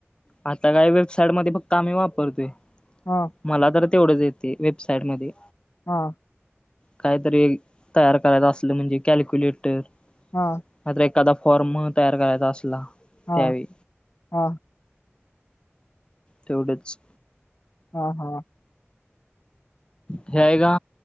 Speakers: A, on the left; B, on the left.
A: आता काय वेबसाईटमध्ये फक्त आम्ही वापरतोय
B: हां
A: मला तर तेवढंच येते वेबसाईट मध्ये.
B: हा.
A: काहीतरी, तयार करायचं असलं म्हणजे कॅल्क्युलेटर.
B: हा.
A: काहीतरी एखादा फॉर्म तयार करायचा असला.
B: हा
A: त्यावेळी
B: हा.
A: तेवढंच!
B: हा हा.
A: हे आहे का,